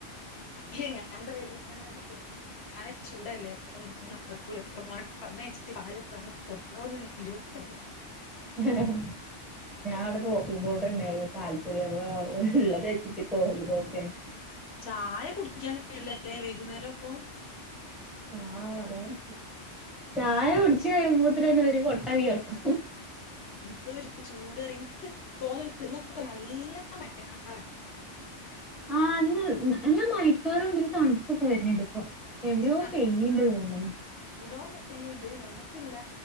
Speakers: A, on the left (about 65°); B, in the centre.
A: <unintelligible> ചായ ചൂടല്ലേ അപ്പോ ഇനിനടക്കൂല്ല അപ്പോ മോനെ പറഞ്ഞയച്ചിട്ട് പാൽ വാങ്ങികൊണ്ടോന്ന് ജൂസ് അടി-
B: ആഹ്.. ഞാൻ അവിടെ കോഫി പൗഡർ ഉണ്ടായിരുന്നു പാൽപ്പൊടി ഉള്ളത് വെച്ചിട്ട് കോൾഡ് കോഫി-
A: ചായ കുടിക്കാൻ കഴിയില്ലല്ലോ വൈകുന്നേരം അപ്പോ-
B: ആഹ് അതാണ് ചായ കുടിച്ച് കഴിയുമ്പോഴേക്കും തന്നെ ഒരു കൊട്ട വിയർക്കും.
A: എന്ത ഒരു ചൂട്അറിയോ ങ്ങക്ക് തോന്നണ്ട് നല്ല മഴക്കാർ
B: ആഹ് ഇന്ന് മയക്കാറുണ്ട ഒരു തണുപ്പൊക്കെ വരുന്നുണ്ട് ഇപ്പോ. എവിടെയോ
A: ആഹ്
B: പെയ്ണ്ട് തോന്നണു.
A: എവിടോ പെയ്യ്ണ്ട് ഞമ്മക്കില്ല.